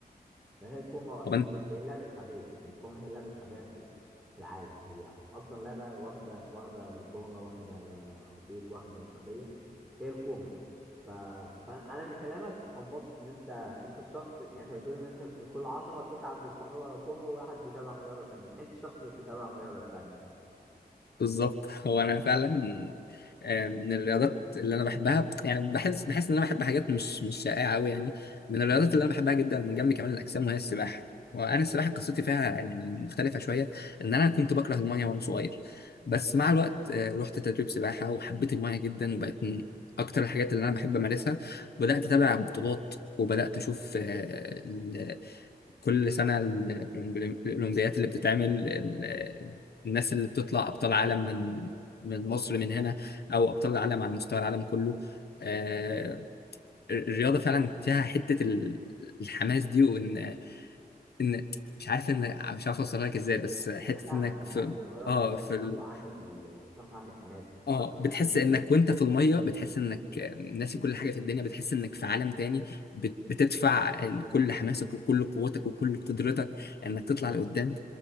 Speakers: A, in the centre; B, on the left.
A: ما هي الكورة
B: طب أنت
A: هي اللعبة الشعبية يعني الكورة هي اللعبة الشعبية في في العالم هي أكتر لعبة واخدة واخدة شهرة واخدة صيت واخدة شعبية هي الكورة ف... فأنا من كلامك استنبطت إن أنت أنت الشخص يعني أنت بتقول إن أنت من كل عشرة تسعة بيتفرجوا على كورة وواحد بيتابع رياضة تانية أنت الشخص اللي بيتابع الرياضة التانية
B: بالظبط هو أنا فعلا آه، من الرياضات اللي أنا بحبها يعني بحس بحس إن أنا بحب حاجات مش مش شائعة أوي يعني من الرياضات اللي أنا بحبها جدا من جنب كمال الأجسام وهي السباحة وأنا السباحة قصتي فيها يعني مختلفة شوية إن أنا كنت بكره المية وأنا صغير بس مع الوقت آه، رحت تدريب سباحة وحبيت المية جدا وبقت من أكتر الحاجات اللي أنا بحب أمارسها بدأت أتابع بطولات وبدأت أشوف آه، كل سنة ال- الأولمبي- الأولمبيات اللي بتتعمل ال- الناس اللي بتطلع أبطال عالم من من مصر من هنا أو أبطال العالم على مستوى العالم كله آه، الرياضة فعلا فيها حتة ال- الحماس دي وإن إن مش عارف إن مش عارف أوصلها لك إزاي بس حتة
A: أنا فاهمك
B: إنك
A: أنا
B: في
A: فاهمك الرياضة
B: آه في
A: بتنفع
B: ال...
A: عندك ال... بتنفع عندك حماس
B: اه
A: بتنفع عندك
B: بتحس
A: ال...
B: انك وانت في الميه بتحس انك ناسي كل حاجه في الدنيا بتحس انك في عالم تاني بت- بتدفع كل حماسك وكل قوتك وكل قدرتك انك تطلع لقدام